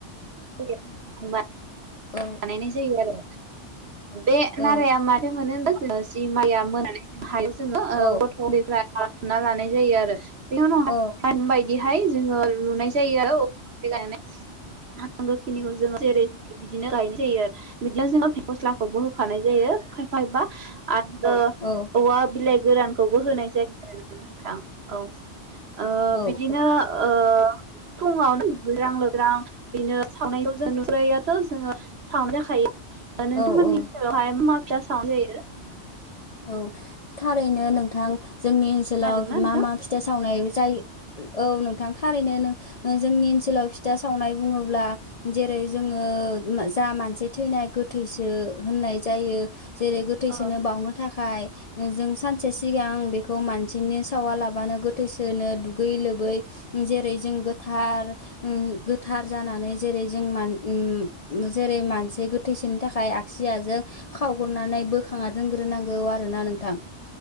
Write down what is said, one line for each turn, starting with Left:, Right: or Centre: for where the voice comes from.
Right: <unintelligible> बानायनाय
Left: औ
Right: जायो आरो बे
Left: औ
Right: नाराया मारै मोनो होना जोङो जि माया मोननानै हायो जोङो
Left: औ
Right: ओ गथ' उन्दैफ्रा ना लानाय जायो आरो बेनि उनाव
Left: औ
Right: <unintelligible> बिदिहाय जोङो लुनाय जायो <unintelligible> नांगोखिनिखौ जोङो जेरै बिदिनो गायनाय जायो बिदिनो जोङो मस्लाखौबो होफानाय जायो खायफाबा आरो
Left: औ
Right: औवा बिलाइ गोरानखौबो होनाय जायो आरो नोंथां औ ओ
Left: औ
Right: बिदिनो ओ फुङावनो दुगैस्रां लोब्रां बेनो सावनायखौ जों नुु <unintelligible> सावनाय जाखायो नोंथांमोननि
Left: औ
Right: ओनसोलावहाय मा मा फिथा सावनाय जायो
Left: औ थारैनो नोंथां जोंनि ओनसोलाव
Right: खोनादोंना नोंथां?
Left: मा मा फिथाइ सावनाय जायो औ नोंथां थारैनो ओ जोंनि ओनसोलाव फिथा सावनाय बुङोब्ला जेरै रै जोङो म जा मानसि थैनाय गोथैसो होननाय जायो जेरै गोथैसोनो
Right: औ
Left: बावनो खाय जों सानसे सिगां बेखौ मानसिनि सावा लाबानो गोथैसोनो दुगै लो लोबै जेरै जों गोथार - उम गोथार जानानै जेरै जों मान उम जेरै मानसि गोथैसोनि थाखाय आगसियाजों खावग्रोनानै बोखाांना दोनग्रोनां गौ आरो ना नोंथां